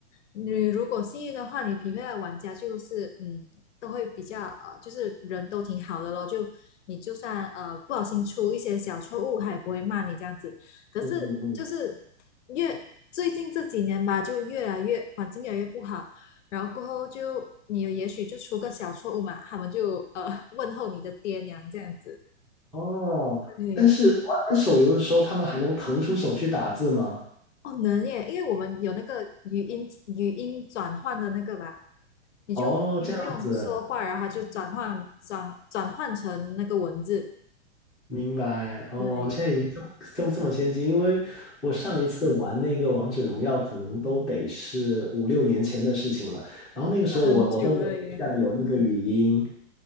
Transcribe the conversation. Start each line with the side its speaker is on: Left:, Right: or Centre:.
Left: 你如果幸运的话，你匹配的玩家就是嗯，都会比较呃，就是人都挺好的咯，就你就算呃不小心出一些小错误，他也不会骂你这样子。可是就是越最近这几年吧，
Centre: 嗯嗯嗯
Left: 就越来越环境越来越不好，然后过后就你也许就出个小错误嘛，他们就呃问候你的爹娘这样子，
Centre: 哦，
Left: 对。
Centre: 但是玩玩手游的时候，他们还能腾出手去打字吗？
Left: 哦，能耶，因为我们有那个语音语音转换的那个吧，你就你就用说话，
Centre: 哦，这样子，
Left: 然后它就转换转转换成那个文字，
Centre: 明白。哦，
Left: 对，
Centre: 现在已经这么这么这么先进，因为我上一次玩那个王者荣耀，可能都得是五六年前的事情了。然后那个时候我我都没有印象有那个语音。
Left: 很久了耶，